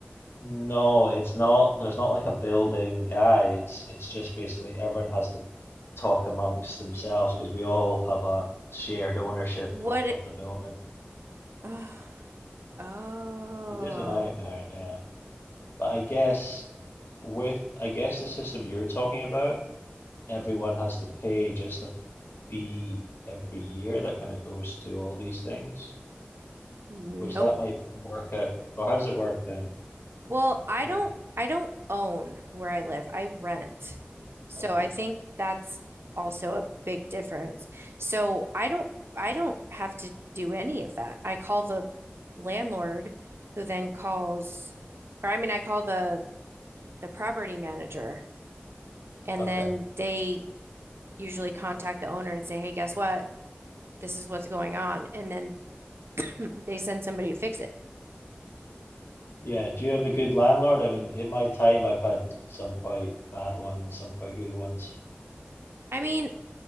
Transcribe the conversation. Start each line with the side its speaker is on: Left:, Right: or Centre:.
Left: no, it's not. There's not like a building guy. It's it's just basically everyone has to talk amongst themselves because we all have a shared ownership
Right: What
Left: of,
Right: it,
Left: of the building.
Right: <sighs> oh,
Left: It is a nightmare, yeah. But I guess with I guess the system you're talking about everyone has to pay just a fee every year that kind of goes to all these things,
Right: nope.
Left: which that might work out. Or how does it work then
Right: Well, I
Left: with,
Right: don't I don't own where I live. I rent. So
Left: okay,
Right: I think that's also a big difference. So I don't I don't have to do any of that. I call the landlord who then calls or I mean I call the the property manager and
Left: okay.
Right: then they usually contact the owner and say, "Hey, guess what? This is what's going on." And then <clears throat> they send somebody to fix it.
Left: Yeah, do you have a good landlord? I mean, in my time, I've had some quite bad ones, some quite good ones.
Right: I mean,